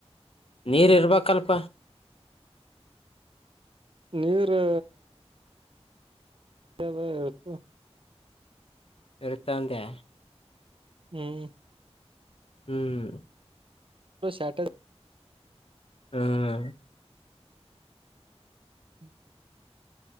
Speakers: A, on the left (about 60°); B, on the right (about 55°).
A: ನೀರ ಇರ್ಬೇಕಲ್ಪ
B: ನೀರು ಕೆು <unintelligible>
A: ಇಳ್ತಂದೆ
B: ಹ್ಮ್
A: ಹ್ಮ್
B: ಸಾಟಡೇ
A: ಹ್ಮ್
B: ಹ್ಮ್